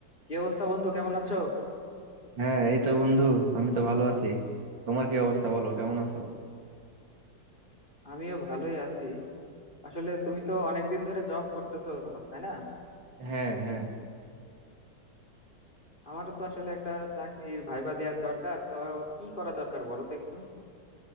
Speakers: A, on the left; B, on the right.
A: কি অবস্থা বন্ধু কেমন আছো
B: হ্যাঁ এই তো বন্ধু আমি তো ভালো আছি তোমার কি অবস্থা বলো কেমন আছো
A: আমিও ভালোই আছি আসলে তুমি তো অনেকদিন ধরে জব করতেছো তাই না
B: হ্যাঁ হ্যাঁ
A: আমারও তো আসলে একটা চাকরির ভাইবা দেওয়ার দরকার তো কি করা দরকার বলো তো একটু